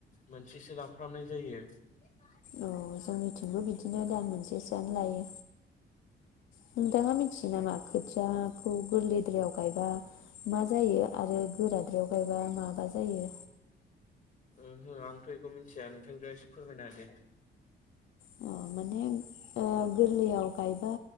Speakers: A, on the left; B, on the left.
A: मोनसेसो लाफ्रामनाय जायो। <unintelligible>
B: औ जोंनिथिंबो बिदिनो दान मोनसेसोआनो लायो। नोंथाङा मिथियो नामा? खोथियाखौ गोरलैद्रायाव गायबा मा जायो आरो गोराद्रायाव गायबा। बा माबा जायो।
A: ओहो आंथ' बेखौ मिन्थिया नोंथांजों एसे फोरमायनो दे।
B: अ माने गोरलैयाव गायबा